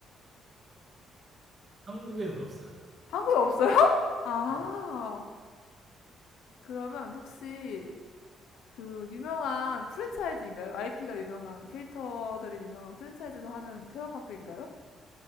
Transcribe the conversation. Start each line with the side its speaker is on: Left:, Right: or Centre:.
Right: 한국에는 없어요.
Left: 한국에 없어요? 아,
Right: 예.
Left: 그러면 혹시 그 유명한 프랜차이즈인가요? IP가 유명한 캐릭터들이 유명한 프랜차이즈에서 하는 테마파크인가요?